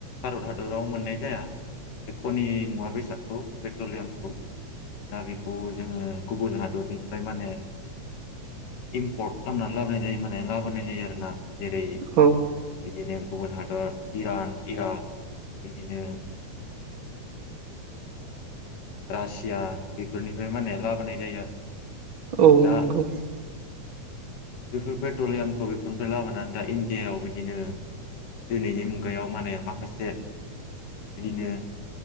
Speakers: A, on the left; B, on the right.
A: भारत हादराव मोननाय जाया बे खनि मुवा बेसादखौ पेट्रलियामखौ दा बेखौ जोङो गुबुन हादरनिफ्राय माने इम्पर्ट खालामनानै लाबोनाय जायो माने लाबोनाय जायो आरो ना जेरै
B: औ
A: बिदिनो गुबुन हादर इरान इराक बिदिनो रासिया बेफोरनिफ्राय मान होने लाबोनाय जायो आरो
B: औ
A: दा
B: नंगौ
A: बेफोर पेट्रलियामखौ बेफोरनिफ्राय लाबोनानै दा इण्डियायाव बिदिनो दिनैनि मुगायाव माने माखासे बिदिनो